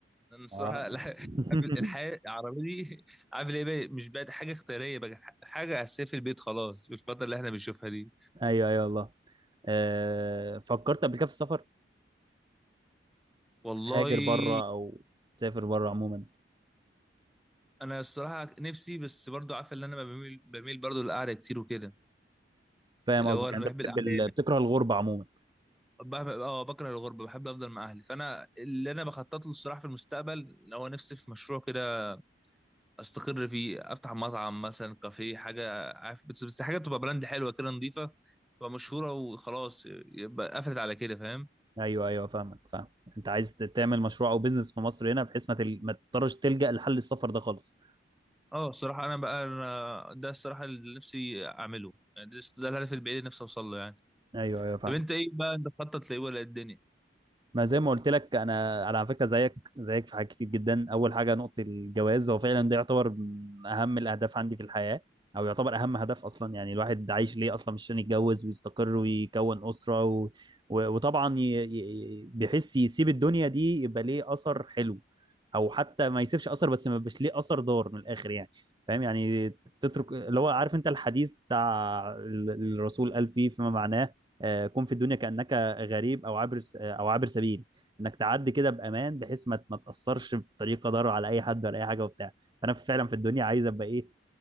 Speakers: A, in the centre; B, on the right.
A: لان الصراحه
B: اه
A: <laughs> الح-
B: <laughs>
A: الحياه العربيه دي <laughs> عامل ايه بقى مش بقت حاجه اختياريه بقت حاجه اساسيه في البيت خلاص بالفتره اللي احنا بنشوفها دي
B: ايوه ايوه والله آه فكرت قبل كده في السفر
A: والله
B: تهاجر بره او تسافر بره عموما
A: انا الصراحه نفسي بس برضو عارف ان انا بميل بميل برضو للقعده كتير وكده
B: فاهم
A: اللي
B: قصدك
A: هو انا
B: يعني
A: بحب
B: انت بتحب
A: القعده
B: ال...
A: هنا
B: بتكره الغربه عموما
A: بح- اه بكره الغربه بحب افضل مع اهلي فانا اللي انا بخطط له الصراحه في المستقبل اللي هو نفسي في مشروع كده استقر فيه افتح مطعم مثلا كافيه حاجه عارف بس بس حاجه تبقى براند حلوه كده نظيفه تبقى مشهوره وخلاص يبقى قفلت على كده فاهم
B: ايوه ايوه فاهمك فاهم انت عايز تعمل مشروع او بيزنس في مصر هنا بحيث ما, تل... ما تضطرش تلجأ لحل السفر ده خالص
A: اه الصراحه انا بقى أنا ده الصراحه اللي نفسي اعمله يعني ده ده الهدف البعيد اللي نفسي اوصل له يعني
B: ايوه ايوه فاهم
A: طب انت ايه بقى انت بتخطط لايه ولا إيه الدنيا
B: ما زي ما قلت لك انا على فكره زيك زيك في حاجات كتير جدا اول حاجه نقطه الجواز هو فعلا ده يعتبر من اهم الاهداف عندي في الحياه او يعتبر اهم هدف اصلا يعني الواحد عايش ليه اصلا مش عشان يتجوز ويستقر ويكون اسره و... و... وطبعا ي... ي... بيحس يسيب الدنيا دي يبقى ليه اثر حلو او حتى ما يسيبش اثر بس ما يبقاش ليه اثر ضار من الاخر يعني فاهم يعني تترك اللي هو عارف انت الحديث بتاع ال- الرسول قال فيه فيما معناه آه، كن في الدنيا كأنك غريب او عابر س- او عابر سبيل انك تعدي كده بامان بحيث ما ما تاثرش بطريقه ضار على اي حد ولا اي حاجه وبتاع فانا فعلا في الدنيا عايز ابقى ايه